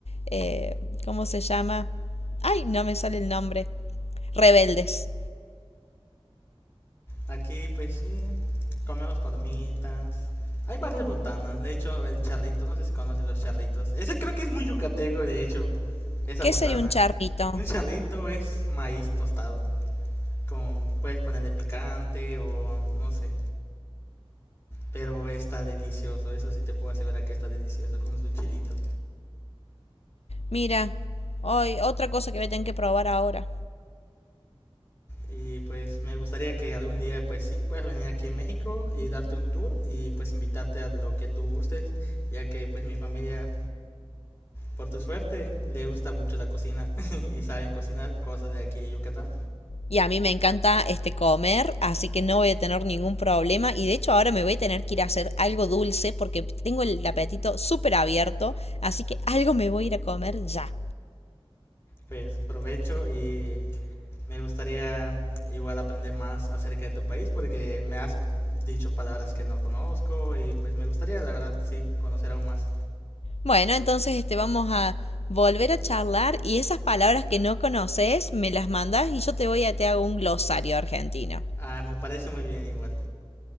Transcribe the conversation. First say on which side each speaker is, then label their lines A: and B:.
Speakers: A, on the left; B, on the left.
A: eh, ¿cómo se llama? Ay, no me sale el nombre. Rebeldes.
B: Aquí pues sí, comemos palomitas. Hay varias botanas, de hecho el charrito, no sé si conocen los charritos. Ese creo que es muy yucateco, de hecho, esa
A: ¿Qué
B: botana.
A: sería un charrito?
B: Un charrito es maíz tostado, con puedes ponerle picante o no sé, pero está delicioso, eso sí te puedo asegurar que está delicioso con su chilito.
A: Mira, hoy otra cosa que voy a tener que probar ahora.
B: Y pues me gustaría que algún día pues sí puedas venir aquí en México y darte un tour y pues invitarte a lo que tú gustes, ya que pues mi familia por tu suerte, le gusta mucho la cocina <laughs> y saben cocinar cosas de aquí de Yucatán.
A: Y a mí me encanta este comer, así que no voy a tener ningún problema. Y de hecho ahora me voy a tener que ir a hacer algo dulce porque tengo el apetito súper abierto. Así que algo me voy a ir a comer ya.
B: Pues provecho y me gustaría igual aprender más acerca de tu país porque me has dicho palabras que no conozco y pues me gustaría la verdad sí conocer aún más.
A: Bueno, entonces este, vamos a volver a charlar y esas palabras que no conoces me las mandas y yo te voy a te hago un glosario argentino.
B: Ah, me parece muy bien igual.